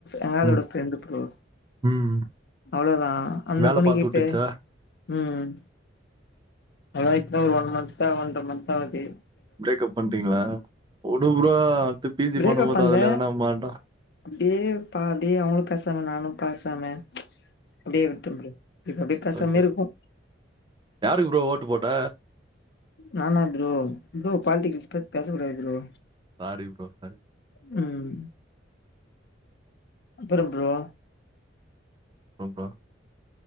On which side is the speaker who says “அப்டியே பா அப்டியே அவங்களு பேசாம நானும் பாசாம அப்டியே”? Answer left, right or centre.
Left